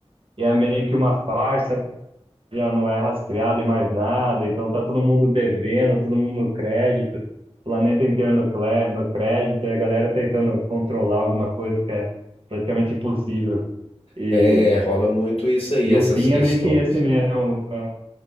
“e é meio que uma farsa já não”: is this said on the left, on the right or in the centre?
Right